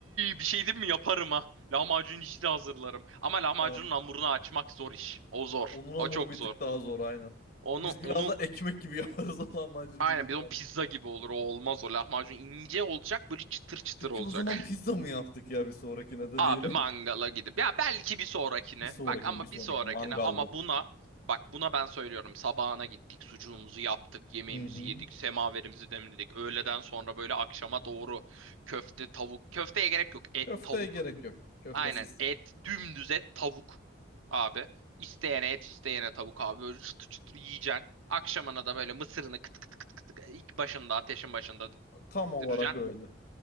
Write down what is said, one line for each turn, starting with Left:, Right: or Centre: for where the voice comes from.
Right: bir şey diyeyim mi yaparım ha. Lahmacun işi de hazırlarım. Ama lahmacunun
Left: Ah,
Right: hamurunu açmak zor iş. O zor.
Left: onun hamuru
Right: O çok
Left: bir
Right: zor.
Left: tık daha zor aynen.
Right: Onu
Left: Biz biraz
Right: onu
Left: da ekmek gibi yaparız <laughs> lahmacunu
Right: aynen
Left: büyük ihtimalle.
Right: bir de o pizza gibi olur. O olmaz o lahmacun ince olacak böyle çıtır çıtır
Left: Peki
Right: olacak.
Left: o zaman pizza mı yaptık ya bir sonrakine de
Right: Abi
Left: diyelim.
Right: mangala
Left: <laughs>
Right: gidip ya belki bir sonrakine.
Left: Bir sonrakine
Right: Bak ama
Left: bir sonrakine
Right: bir sonrakine
Left: mangal
Right: ama
Left: bu.
Right: buna bak buna ben söylüyorum. Sabahına gittik, sucuğumuzu yaptık, yemeğimizi
Left: Hı hı.
Right: yedik, semaverimizi demledik. Öğleden sonra böyle akşama doğru köfte, tavuk. Köfteye gerek yok. Et,
Left: Köfteye
Right: tavuk.
Left: gerek yok. Köftesiz.
Right: Aynen et dümdüz et tavuk abi. İsteyene et isteyene tavuk abi böyle çıtır çıtır yiyeceksin. Akşamına da böyle mısırını kıt kıt kıt kıt kıt ilk başında ateşin başında
Left: Tam olarak
Right: diracaksın.
Left: öyle.